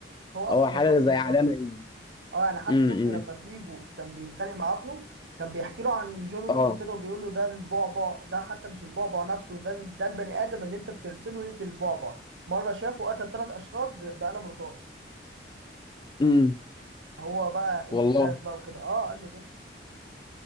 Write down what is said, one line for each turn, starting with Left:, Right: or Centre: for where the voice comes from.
Right: هو اصلا
Left: او حاجه
Right: مشهور
Left: زي
Right: بالموضوع
Left: علامه
Right: ده
Left: دي
Right: اه انا حتى
Left: امم
Right: شفت لما فيجو كان بيتخانق مع ابنه كان بيحكي له عن جون ويك
Left: اه
Right: وكده وبيقول له ده البعبع ده حتى مش البعبع نفسه ده ده البني ادم اللي انت بترسله يقتل البعبع مره شافه قتل ثلاث اشخاص ب- بقلم رصاص
Left: امم
Right: هو بقى ابنه
Left: والله
Right: خاف بقى وكده اه قال له كده